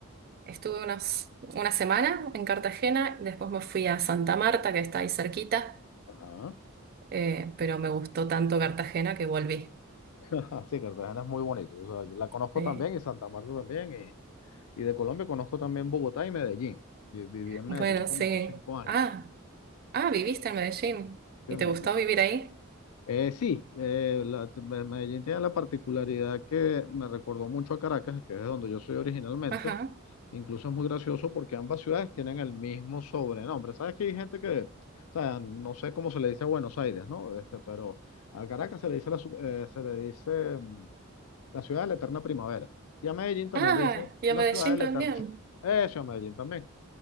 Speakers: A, on the right; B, on the left.
A: estuve unos, una semana en Cartagena, después me fui a Santa Marta, que está ahí cerquita,
B: Ajá.
A: eh, pero me gustó tanto Cartagena que volví.
B: <laughs> Sí, Cartagena es muy bonito. o sea, yo la conozco
A: Sí.
B: también y Santa Marta también. Y de Colombia conozco también Bogotá y Medellín. Vi- Viví en Medellín
A: Bueno,
B: como
A: sí.
B: cinco años.
A: Ah, ah, viviste en Medellín.
B: Viví
A: ¿Y te
B: en Medellín.
A: gustó vivir ahí?
B: Eh, sí, eh, la- Medellín tiene la particularidad que me recordó mucho a Caracas, que es de donde yo soy originalmente.
A: Ajá.
B: Incluso es muy gracioso porque ambas ciudades tienen el mismo sobrenombre. Sabes que hay gente que, o sea, no sé cómo se le dice a Buenos Aires, ¿no? Este, pero a Caracas se le dice la, su- eh, se le dice mm, la ciudad de la eterna primavera. Y a Medellín también
A: Ah,
B: le dicen
A: y
B: la
A: a Medellín
B: ciudad de la
A: también.
B: eterna. Eso, a Medellín también.